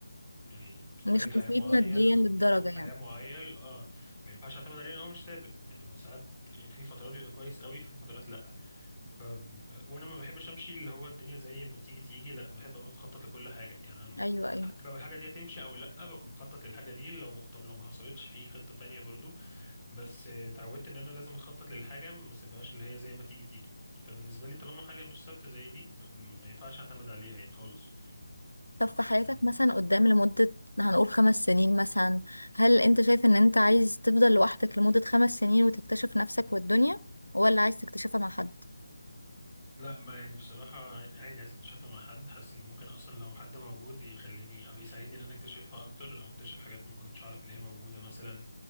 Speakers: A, in the centre; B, on the left (about 85°).
A: يعني ستايل
B: مش
A: حياة
B: مفيد
A: معين
B: ماديا
A: أو
B: للدرجة
A: أسلوب
B: يعني
A: حياة معين اه ما ينفعش أعتمد عليه لأن هو مش ثابت يعني هو ساعات في فترات بيبقى كويس قوي في فترات لأ ف... وانا ما بحبش امشي اللي هو الدنيا زي ما تيجي تيجي لا بحب ابقى مخطط لكل حاجه يعني انا
B: ايوه ايوه
A: حتى لو الحاجه دي هتمشي او لا ببقى مخطط للحاجه دي لو طب لو ما حصلتش في خطه تانية برضو بس آه، اتعودت ان انا لازم اخطط للحاجه ما اسيبهاش اللي هي زي ما تيجي تيجي فبالنسبه لي طالما حاجه مش ثابته زي دي م- ما ينفعش اعتمد عليها يعني خالص
B: طب في حياتك
A: لان
B: مثلا قدام لمدة هنقول خمس سنين مثلا هل انت شايف ان انت عايز تفضل لوحدك لمدة خمس سنين وتكتشف نفسك والدنيا ولا عايز تكتشفها مع حد
A: لا ما يعني بصراحة عادي عايز اكتشفها مع حد حاسس ان ممكن اصلا لو حد موجود يخليني او يساعدني ان انا اكتشفها اكتر او اكتشف حاجات ما كنتش اعرف ان هي موجودة مثلا